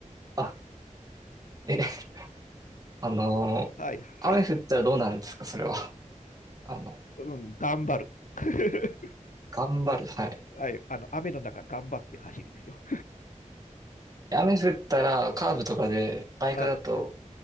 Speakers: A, on the right; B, on the left.
A: あ、え、<laughs> あのー雨降ったらどうなるんですかそれは。
B: はい、はい、
A: <laughs> あの、
B: うん、頑張る。<laughs>
A: 頑張る、はい。
B: はい、あの、雨の中頑張って走るんですよ。
A: 雨降ったらカーブとかでバイクだと
B: <laughs> あ、あ、